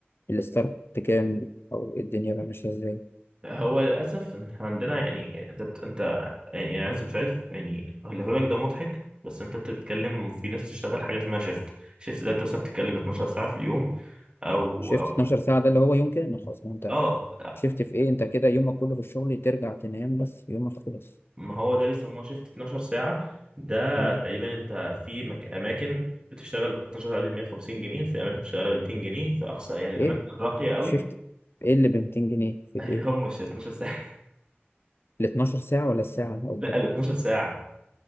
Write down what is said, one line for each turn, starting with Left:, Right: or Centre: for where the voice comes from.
Left: الستارت كام او إيه الدنيا بقى ماشيه ازاي
Right: هو للأسف إن إحنا عندنا يعني انت بت- انت يعني أنا عايز مش عارف يعني الهلاك ده مضحك بس انت بت- بتتكلم في ناس بتشتغل حاجة اسمها شيفت شيفت ده بتبقى بتتكلم 12 ساعة في اليوم او
Left: شيفت
Right: او
Left: 12 ساعه ده اللي هو يوم كامل خلاص ما انت
Right: اه
Left: شيفت في ايه انت كده يومك كله في الشغل ترجع تنام بس يومك خلص
Right: ما هو ده بيسموه شيفت 12 ساعة ده
Left: مم.
Right: تقريبا انت في مك... اماكن بتشتغل 12 ساعة ب 150 جنيه في اماكن بتشتغل ب 200 جنيه في اقصى يعني الاماكن
Left: ايه
Right: الراقية قوي
Left: شيفت ايه اللي ب 200 جنيه
Right: <laughs>
Left: في الايه
Right: هم مش 12 ساعة
Left: ال 12 ساعه ولا الساعه
Right: <laughs>
Left: أو
Right: لا
Left: ده
Right: ال 12 ساعة